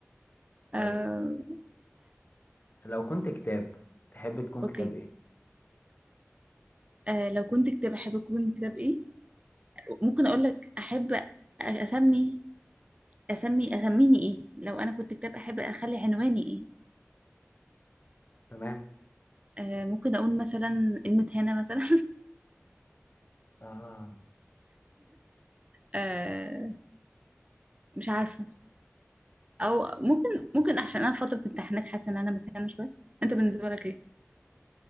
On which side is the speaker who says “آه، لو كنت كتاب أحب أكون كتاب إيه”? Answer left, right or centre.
Right